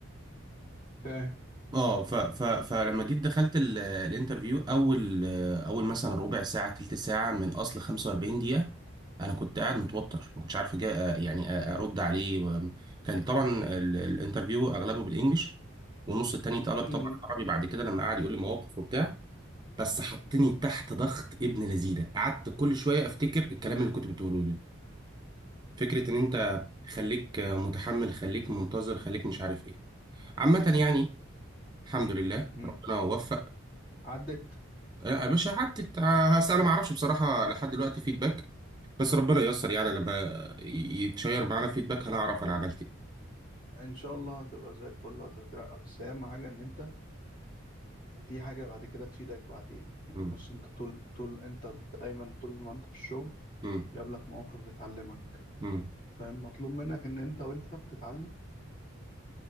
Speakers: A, on the left (about 40°); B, on the right (about 20°).
A: فاهم
B: اه ف ف فلما جيت دخلت ال- الانترفيو اول اول مثلا ربع ساعه تلت ساعه من اصل 45 دقيقه انا كنت قاعد متوتر ما كنتش عارف أجا آه، يعني أ- ارد عليه و- كان طبعا ال- الانترفيو اغلبه بالانجلش والنص التاني اتقلب طبعا
A: مم.
B: عربي بعد كده لما قعد يقول لي مواقف وبتاع بس حطني تحت ضغط ابن لذينه قعدت كل شويه افتكر الكلام اللي كنت بتقوله لي فكره ان انت خليك متحمل خليك منتظر خليك مش عارف ايه عامه يعني الحمد لله
A: مم.
B: ربنا وفق
A: عدت
B: يا باشا حتى تع- هس- انا ما اعرفش بصراحه لحد دلوقتي فيدباك بس ربنا ييسر يعني لما يتشير معانا فيدباك هنعرف انا عملت ايه
A: ان شاء الله هتبقى زي الفل وهتترقى بس اهم حاجه ان انت دي حاجه بعد كده تفيدك بعدين يعني
B: مم.
A: بص انت طول طول انت دايما طول ما انت في الشغل
B: مم.
A: يقابلك مواقف بتعلمك
B: مم.
A: فاهم مطلوب منك ان انت وانت بتتعلم